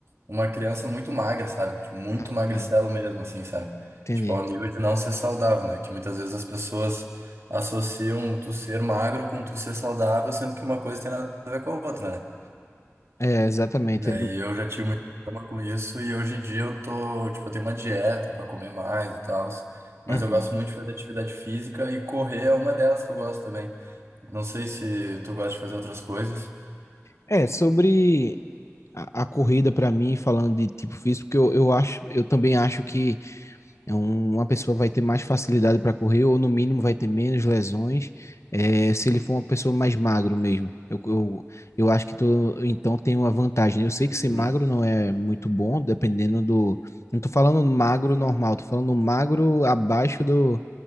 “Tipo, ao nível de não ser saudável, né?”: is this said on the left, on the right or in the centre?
Right